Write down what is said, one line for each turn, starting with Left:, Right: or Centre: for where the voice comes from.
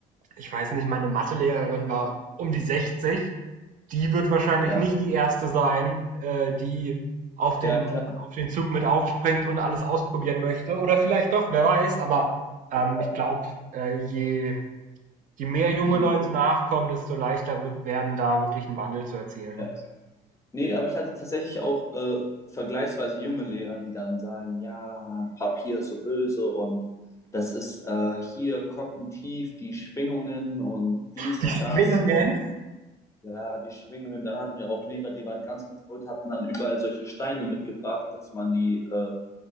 Right: ich weiß nicht, meine Mathelehrerin war um die 60, die wird wahrscheinlich
Left: ja,
Right: nicht die Erste sein, äh, die auf den
Left: ja, klar.
Right: auf den Zug mit aufspringt und alles ausprobieren möchte. Oder vielleicht doch, wer weiß, aber, ähm,
Left: Ja,
Right: ich glaube, äh, je Je mehr junge
Left: je,
Right: Leute
Left: je,
Right: nachkommen, desto leichter wird werden, da wirklich 'n Wandel zu erzielen.
Left: ja. Nee, aber ich hatte tatsächlich auch äh, vergleichsweise junge Lehrer, die dann sagen, ja, Papier ist so böse und das ist äh, hier kognitiv die Schwingungen und dies
Right: Schwingungen?
Left: und das und ja, die Schwingungen. Dann hatten wir auch Lehrer, die waren ganz, ganz verrückt, hatten dann überall solche Steine mitgebracht, dass man die äh,